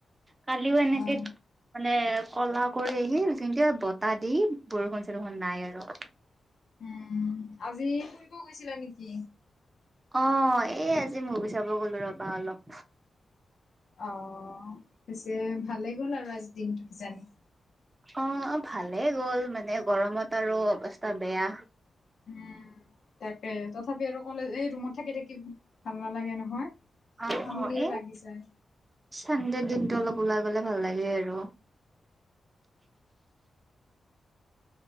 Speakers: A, on the right; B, on the left.
A: কালিও এনেকে
B: অ'
A: মানে ক'লা কৰি আহিল কিন্তু যেনকে বতাহ দি বৰষুণ চৰষুণ নাই আৰু।
B: উম, আজি ফুৰিব গৈছিলা নেকি।
A: অ' এ, আজি মোভি চাব গ'লো ৰ'বা অলপ।
B: অ' পিছে ভালেই গ'ল আৰু আজিৰ দিনটো কিজানি।
A: অ' ভালেই গ'ল মানে গৰমত আৰু অৱস্থা বেয়া।
B: উম, তাকে তথাপি আৰু কলে এই ৰুমত থাকি থাকি ভাল নালাগে নহয়।
A: অ',
B: আমনিয়ে
A: অ', এ,
B: লাগি যায়।
A: চানডে দিনটো অলপ ওলাই গ'লে ভাল লাগে আৰু।